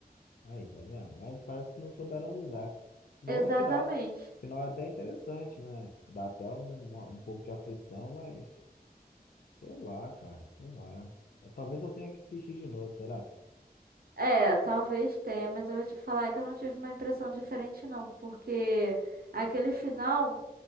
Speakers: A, on the left (about 65°); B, on the right (about 70°).
A: Aí, tá vendo? Mas parece que não souberam usar. Igual
B: Exatamente.
A: no final. O final é até interessante, né? Dá até um, uma- um pouco de aflição, mas. Sei lá, cara, sei lá. Eu- Talvez eu tenha que assistir de novo, será?
B: É, talvez tenha, mas eu vou te falar que eu não tive uma impressão diferente, não, porque aquele final